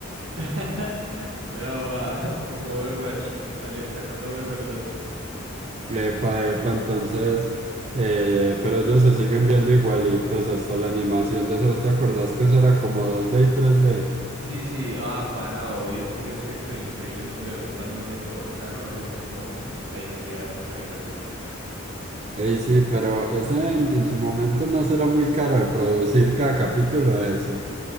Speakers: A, on the right; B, on the right.
A: <laughs> Mira, va, como Overwatch, sali- sacando Overwatch 2.
B: Epa, epa, entonces, eh, pero ellos se siguen viendo igualitos hasta la animación de esos, ¿te acordás que eso era como dos d y tres d
A: Sí, sí, ah, pana, obvio, es que ese aspecto del increíble mundo de Gumball no se toca, ¿no? Esa es como la identidad de esa caricatura.
B: Ey, sí, pero ese en, en su momento no será muy caro de producir cada capítulo de eso.